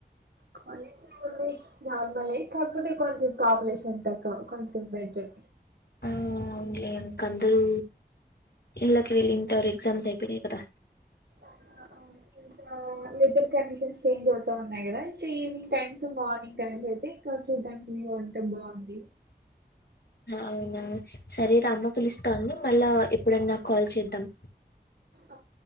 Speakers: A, on the right (about 80°); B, on the left (about 75°).
A: కాలేజ్ది ఏం ఉంది నార్మల్ కాకపోతే కొంచెం పాపులేషన్ తక్కువ కొంచెం బెటర్
B: ఆ, అవునులే ఇంక అందరూ ఇళ్ళకి వెళ్ళింటారు ఎగ్జామ్స్ అయిపోనాయి కదా
A: ఆ అవును ఇంకా వెదర్ కండిషన్స్ చేంజ్ అవుతా ఉన్నాయి కదా అయితే ఈవినింగ్ టైమ్స్ మార్నింగ్ టైమ్స్ అయితే ఇంకా చూడ్డానికి వంట బాగుంది
B: అవునా సరేరా అమ్మ పిలుస్తోంది మళ్ళా ఎప్పుడన్నా కాల్ చేద్దాం
A: ఆ